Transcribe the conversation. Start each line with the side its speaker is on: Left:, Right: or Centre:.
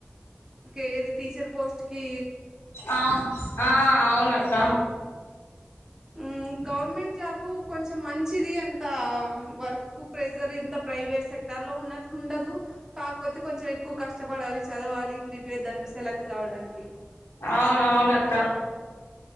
Right: ఓకే ఏది టీచర్ పోస్ట్కి
Left: ఆ ఆ అవునక్క
Right: ఉమ్ గవర్నమెంట్ జాబు కొంచెం మంచిది అంత వర్క్ ప్రెజర్ ఇంత ప్రైవేట్ సెక్టర్ లో ఉన్నట్లు ఉండదు. కాకపోతే కొంచెం ఎక్కువ కష్టపడాలి. చదవాలి ప్రిపేర్ దానికి సెలెక్ట్ కావడానికి
Left: అవును అవునక్క